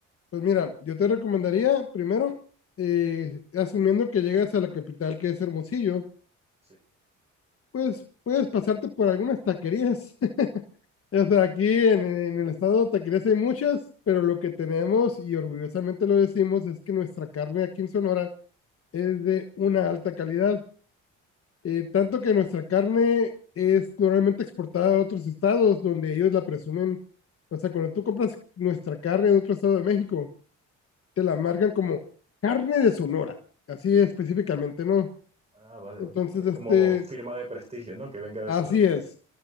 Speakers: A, on the left (about 50°); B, on the right (about 20°).
A: Pues mira, yo te recomendaría primero, eh, asumiendo que llegas a la capital que es Hermosillo,
B: Sí.
A: pues puedes pasarte por algunas taquerías. <laughs> o
B: <laughs>
A: sea, aquí en, en, el estado de taquerías hay muchas, pero lo que tenemos, y orgullosamente lo decimos, es que nuestra carne aquí en Sonora es de una alta calidad.
B: Genial.
A: Eh, tanto que nuestra carne es normalmente exportada a otros estados donde ellos la presumen. O sea, cuando tú compras nuestra carne en otro estado de México, te la marcan como carne de Sonora, así específicamente, ¿no?
B: Ah, vale,
A: Entonces,
B: vale. Es
A: este,
B: como firma de prestigio, ¿no? Que venga de
A: así
B: Sonora.
A: es.